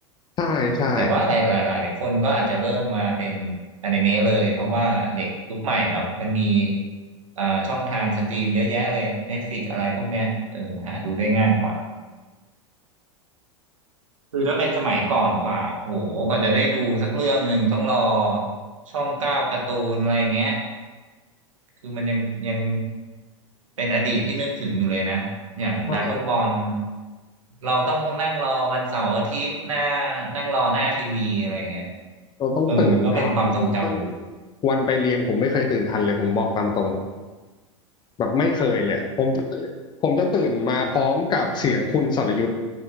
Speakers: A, on the left; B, on the right.
A: ใช่ใช่
B: แต่ว่าหลายหลายหลายหลายคนก็อาจจะเริ่มมาเป็นอนิเมะเลยเพราะว่าเด็กยุคใหม่เนาะมันมีอ่าช่องทางสตรีมเยอะแยะเลย Netflix อะไรพวกเนี้ยเออหาดูได้ง่ายกว่าคือถ้าเป็นสมัยก่อนกว่าโอ้โหก่อนจะได้ดูสักเรื่องหนึ่งต้องรอช่องเก้าการ์ตูนอะไรเงี้ยคือมันยังยังเป็นอดีตที่นึกถึงอยู่เลยนะอย่างดราก้อนบอล
A: ใช่
B: เราต้องนั่งรอวันเสาร์อาทิตย์หน้านั่งรอหน้าทีวีอะไรเงี้ย
A: เราต้องตื่นเช้ามาดูซึ่ง
B: เออมันก็เป็นความทรงจำหนึ่ง
A: วันไปเรียนผมไม่เคยตื่นทันเลยผมบอกตามตรงแบบไม่เคยเลยอะผมจะตื่นผมจะตื่นมาพร้อมกับเสียงคุณสรยุทธ